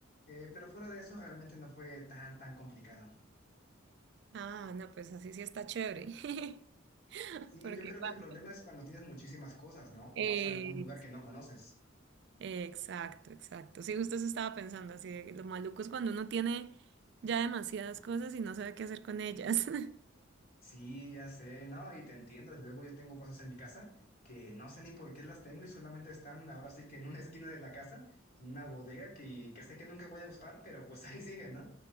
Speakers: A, on the left; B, on the right.
A: Eh, pero fuera de eso realmente no fue tan, tan complicado.
B: Ah, no, pues así sí está chévere. <laughs>
A: Sí,
B: Porque
A: yo creo
B: claro.
A: que el problema es cuando tienes muchísimas cosas, ¿no? O
B: Eh,
A: vas a algún lugar que no conoces.
B: Exacto, exacto. Sí, justo eso estaba pensando, así de que lo maluco es cuando uno tiene ya demasiadas cosas y no sabe qué hacer con ellas. <laughs>
A: Sí, ya sé, no, y te entiendo. Luego yo tengo cosas en mi casa que no sé ni por qué las tengo y solamente están ahora sí que en una <laughs> esquina de la casa, en una bodega que, que sé que nunca voy a usar, pero pues <laughs> ahí siguen, ¿no?